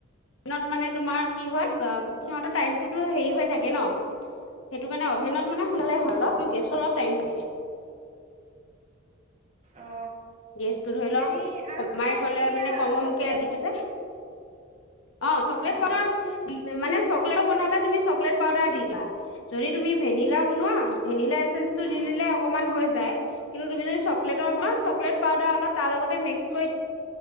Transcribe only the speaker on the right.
অ
হেৰি
আৰু
যে
এইয়া
চকলেট
উম
অ